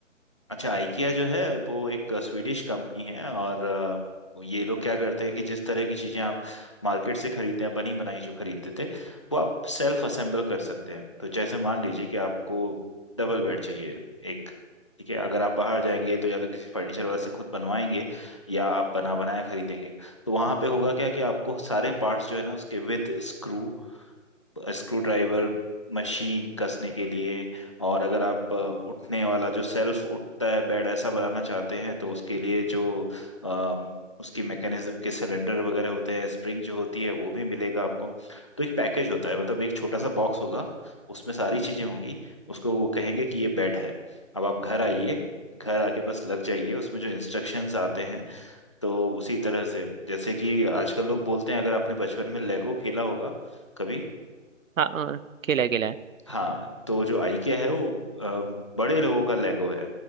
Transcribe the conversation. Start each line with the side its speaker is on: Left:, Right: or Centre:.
Left: अच्छा IKEA जो है वो एक स्वीडिश कंपनी है और अ, ये लोग क्या करते हैं कि जिस तरह की चीजें आप मार्केट से खरीदते हैं बनी बनाई जो खरीदते थे वो आप सेल्फ असेंबल कर सकते हैं तो जैसे मान लीजिए कि आपको डबल बेड चाहिए एक ठीक है अगर आप बाहर जाएंगे तो या तो किसी फर्नीचर वाले से खुद बनवाएंगे या आप बना बनाया खरीदेंगे तो वहां पे होगा क्या कि आपको सारे पार्ट्स जो है ना उसके with screw screwdriver machine कसने के लिए और अगर आप अ, उठने वाला जो सेल्फ उठता है बेड ऐसा बनाना चाहते हैं तो उसके लिए जो अ, उसकी मैकेनिज्म के सिलेंडर वगैरह होते हैं स्प्रिंग जो होती है वो भी मिलेगा आपको तो एक पैकेज होता है मतलब एक छोटा सा बॉक्स होगा उसमें सारी चीजें होंगी उसको वो कहेंगे कि ये बेड है अब आप घर आइए घर आके बस लग जाइए उसमें जो इंस्ट्रक्शंस आते हैं तो उसी तरह से जैसे कि आजकल लोग बोलते हैं अगर आपने बचपन में लेगो खेला होगा कभी
Right: हाँ हाँ खेला है, खेला है
Left: हाँ तो जो आइकिया है वो अ, बड़े लोगों का लेगो है